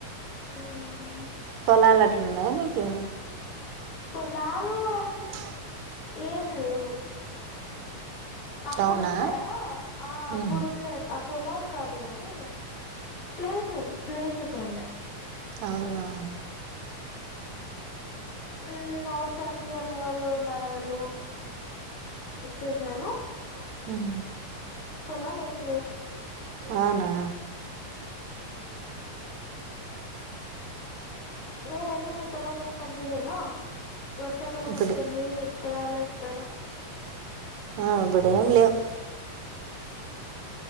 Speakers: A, on the left (about 55°); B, on the right (about 75°).
A: మ్మ్
B: పొలాలట్లున్నాయా మీకూ.
A: పొలాలు అన్
B: <inaudible>
A: ఏం లేవు. అప్పుడుండే
B: అవునా
A: ఆ అప్పుడుండే.
B: ఉమ్,
A: పొలాలు కాదు గానీ ప్లేస్ ఉ ప్లేసెస్ ఉండే.
B: అవునా.
A: ఊ అవసరానికి అమ్మ వాళ్ళు నాన్న వాళ్ళు ఇచ్చేసారు.
B: <inaudible>
A: పొలాలేం లేవ్.
B: అవునా.
A: నేనండి మీ పొలాల్లో ఏం పండిలేదా వర్షాకాలం
B: ఇప్పుడు
A: ఒస్తుందీ విత్తనాలేస్తర.
B: ఆ ఇబుడేం లేవ్.